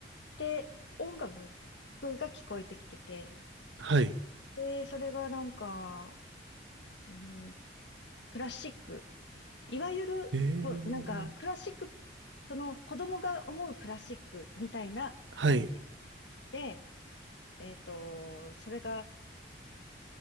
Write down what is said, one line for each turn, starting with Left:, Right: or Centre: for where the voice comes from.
Left: で、音楽が聞こえてきてて、
Right: はい。
Left: で、それがなんか、うん、クラシック、いわゆる、
Right: えー、
Left: こう、なんか、クラシック、その子供が思うクラシックみたいな感じ
Right: はい、
Left: で、えっと、それが、